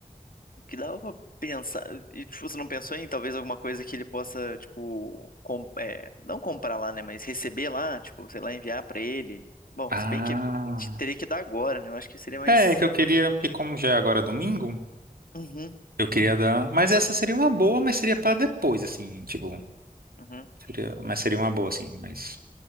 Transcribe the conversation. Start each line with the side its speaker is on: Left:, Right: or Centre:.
Left: que dava pra pensar. E, tipo, você não pensou em talvez alguma coisa que ele possa, tipo, com- é, não comprar lá, né? Mas receber lá, tipo, sei lá, enviar pra ele. Bom,
Right: Ah.
Left: se bem que te- teria que dar agora, né? Eu acho que seria mais.
Right: É, é que eu queria, porque como já é agora domingo,
Left: Uhum,
Right: eu queria dar, mas essa seria uma boa, mas seria para depois, assim, tipo,
Left: uhum.
Right: seria, mas seria uma boa assim, mas